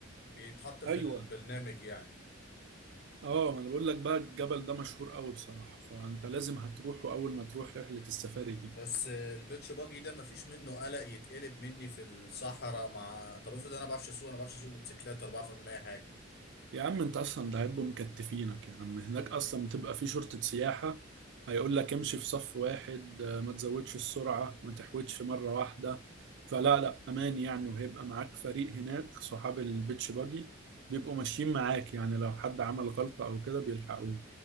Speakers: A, on the left (about 50°); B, on the right (about 60°).
A: بيتحط في
B: ايوه
A: البرنامج يعني
B: اه ما انا بقول لك بقى الجبل ده مشهور قوي بصراحة فانت لازم هتروحه اول ما تروح رحلة السفاري دي
A: بس آه، البيتش باجي ده مفيش منه قلق يتقلب مني في الصحراء مع طب افرض انا ما بعرفش اسوق انا ما بعرفش اسوق موتوسيكلات ولا بعرف اعمل اي حاجه
B: يا عم انت اصلا ده هيبقوا مكتفينك يا عم هناك اصلا بتبقى في شرطة سياحة هيقول لك امشي في صف واحد آه، ما تزودش السرعة ما تحودش مرة واحدة فلا لا امان يعني وهيبقى معاك فريق هناك صحاب البيتش باجي بيبقوا ماشيين معاك يعني لو حد عمل غلطة او كده بيلحقوه